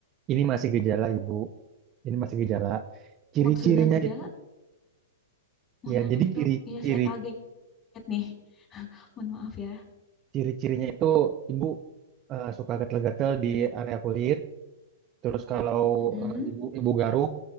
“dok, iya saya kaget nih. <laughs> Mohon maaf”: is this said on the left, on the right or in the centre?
Left